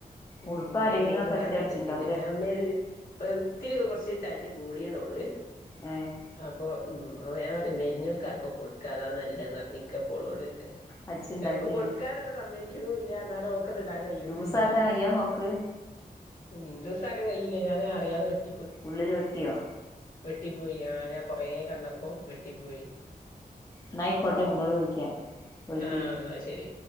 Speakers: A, on the left (about 65°); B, on the left (about 20°).
A: ഉം
B: ഉടുപ്പാ
A: അയിന്
B: ലൈനിങ്ങൊക്കെ
A: ഓള് ഇടാൻ
B: വെച്ച്
A: കൂട്ടക്ക്‌ണില്ല
B: അടിച്ചിണ്ടാവൂലേ
A: <unintelligible> ഒ ഒത്തിരി കുറച്ച് തടി കൂടിയിണോള്
B: ഏഹ്
A: അപ്പൊ ഉം അപ്പ ഞാൻ പറയ മെരിഞ്ഞൂൽക്കാർക്കൊ കൊടുക്കാ അതാനല്ലേപറിഞ്ഞിക്കപ്പോളോട്
B: അടിച്ചുണ്ടാക്കിയേന്
A: എക്ക് കൊടുക്കാനായിട്ട് സമ്മക്കണല്ല എന്നാലും ഓക്കറി ഇടാൻ കഴിയണല്ല
B: ലൂസാക്കാൻ കയ്യോ നോക്ക്
A: ഉ ദിവസൊക്കെ കയ്യില്ലേ ഞൻ അറിയാതെ വിട്ടു
B: ഉള്ളില് വെട്ടിയോ
A: വെട്ടി പോയി ആ ഞാൻ കൊറ കണ്ടപ്പോ വെട്ടി പോയി
B: എന്നായിക്കോട്ടെ ഒന്നോള വിളിക്കിയ വിളിക്കി
A: ആ എന്നാ ശരി